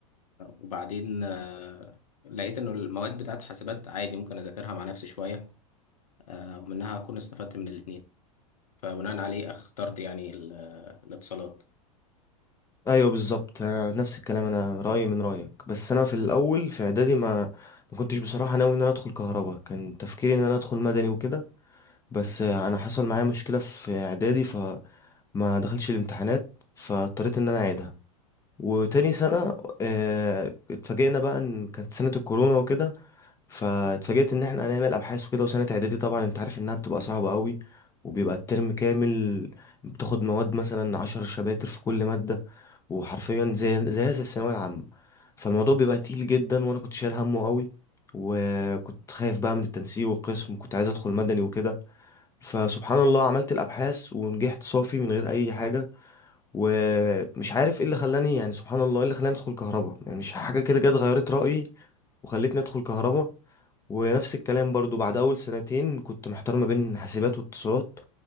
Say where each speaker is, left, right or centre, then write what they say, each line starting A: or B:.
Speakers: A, on the left (about 85°); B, on the left (about 15°).
A: وبعدين آه، لقيت انه المواد بتاعت حاسبات عادي ممكن اذاكرها مع نفسي شويه آه، ومنها اكون استفدت من الاتنين فبناء عليه اخترت يعني ال- الاتصالات
B: ايوه بالظبط انا نفس الكلام انا رايي من رايك بس انا في الاول في اعدادي ما ما كنتش بصراحه ناوي ان انا ادخل كهرباء كان تفكيري ان انا ادخل مدني وكده بس انا حصل معايا مشكله في اعدادي فما دخلش الامتحانات فاضطريت ان انا اعيدها وتاني سنه آه، اتفاجئنا بقى ان كانت سنه الكورونا وكده فاتفاجئت ان احنا هنعمل ابحاث وكده وسنه اعدادي طبعا انت عارف انها بتبقى صعبه قوي وبيبقى الترم كامل بتاخد مواد مثلا عشر شباتر في كل ماده وحرفيا زي زي زي الثانويه العامه فالموضوع بيبقى تقيل جدا وانا كنت شايل همه قوي وكنت خايف بقى من التنسيق والقسم وكنت عايز ادخل مدني وكده فسبحان الله عملت الابحاث ونجحت صافي من غير اي حاجه ومش عارف ايه اللي خلاني يعني سبحان الله ايه اللي خلاني ادخل كهرباء يعني مش حاجه كده جت غيرت رايي وخلتني ادخل كهرباء ونفس الكلام برضو بعد اول سنتين كنت محتار ما بين حاسبات واتصالات